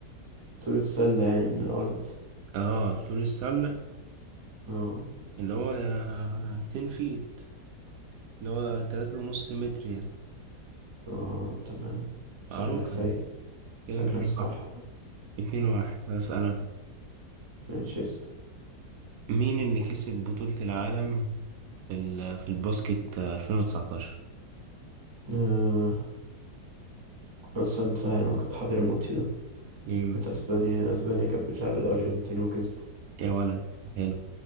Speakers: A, on the right (about 25°); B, on the right (about 75°).
A: طول السلة يعني من الارض
B: اه طول السلة
A: اه
B: اللي هو 10 فيت اللي هو تلاتة ونص متر يعني
A: اه تمام شكلك
B: معروفة
A: فايق
B: دي كده
A: شكلك
B: اتنين
A: صاح
B: واحد اتنين واحد هسأل أنا
A: ماشي اسأل
B: مين اللي كسب بطولة العالم في ال... في الباسكت 2019
A: آه. بس سؤال سهل أنا كنت حاضر الماتش ده
B: يا
A: كانت أسبانيا أسبانيا كانت بتلعب الأرجنتين وكسبوا
B: يا ولد حلو